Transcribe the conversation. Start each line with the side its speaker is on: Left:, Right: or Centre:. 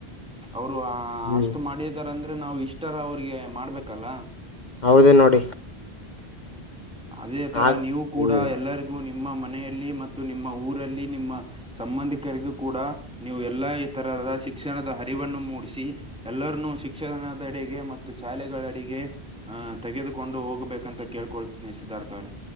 Centre: ಅವರು
Left: ಹ್ಮ್
Centre: ಅಷ್ಟ್ ಮಾಡದಾರಂದ್ರೆ ನಾವು ಇಷ್ಟಾರ ಅವ್ರಿಗೆ ಮಾಡ್ಬೇಕಲ್ಲ
Left: ಹೌದು ನೋಡಿ
Centre: ಅದೇ ತರ
Left: ಆಗ್
Centre: ನೀವು ಕೂಡ
Left: ಹ್ಮ್
Centre: ಎಲ್ಲರಿಗೂ ನಿಮ್ಮ ಮನೆಯಲ್ಲಿ ಮತ್ತು ನಿಮ್ಮ ಊರಲ್ಲಿ ನಿಮ್ಮ ಸಂಬಂಧಿಕರಿಗೂ ಕೂಡ ನೀವು ಎಲ್ಲಾ ಈ ತರದ <unintelligible> ಶಿಕ್ಷಣದ ಹರಿವನ್ನು ಮೂಡಿಸಿ ಎಲ್ಲರನ್ನುೂ ಶಿಕ್ಷಣದ ಅಡೆಗೆ ಮತ್ತು ಶಾಲೆಗಳ ಅಡೆಗೆ ಹ ತೆಗೆದುಕೊಂಡು ಹೋಗ್ಬೇಕಂತ ಕೇಳ್ಕೊಳ್ತೀನಿ ಸಿದ್ಧಾರ್ಥ ಅವ್ರೆ